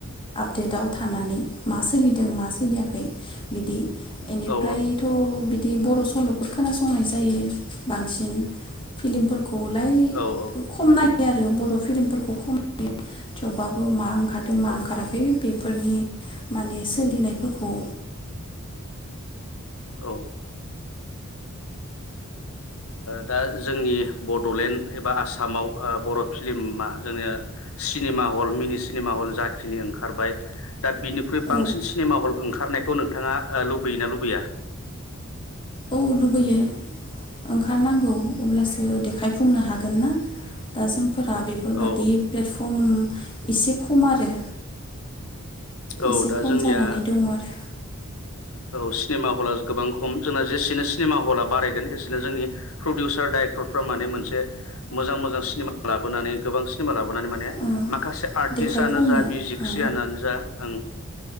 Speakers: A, on the left; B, on the left.
A: डेटआव थानानै मा सोलिदों मा सोलियाखै बिदि बेनिफ्रायथ'
B: औ
A: बिदि बिदि बर' सल'फोर खोनासंनाय जायो बांसिन। फिलम गलाय
B: औ
A: खमनाय आरो बर' फिल्मफोरखौ खमायो थेवबाबो मा ओंखारदों मा
B: औ
A: ओंखाराखै। बेफोरनि माने सोलिनायफोरखौ
B: औ। दा जोंनि बड'लेण्ड एबा आसामाव बर' फिलिमा जोंनो सिनेमा हल मिनि सिनेमा हल जाखिनि ओंखारबाय दा बिनिख्रुइ
A: औ
B: बांसिन सिनेमा हल ओंखारनायखौ नोंथाङा लुबैय ना लुबैया?
A: औ लुबैयो ओंखारनांगौ। अब्लासो देखायफुंनो हागोन। द। फोर बेफोरबादि
B: औ
A: प्लेटफर्म। एसे खम आरो एसे
B: औ दा
A: खम
B: जोंनिया।
A: जानानै दङ आरो
B: औ सिनेमा हला गोबां खम जोंना जेसेनो सिनेमा हला बारायगोन। एसेनो जोंनि प्रडिउसार डाइरेक्टरफ्रा माने मोनसे मोजां मोजां सिनेमा लाबोनानै गोबां सिनेमा लाबो नानै माने,
A: औ
B: माखासे आर्टिस्टनो
A: देखायफुंनो
B: जा मिउजिकसियानानो
A: औ
B: जा ओ।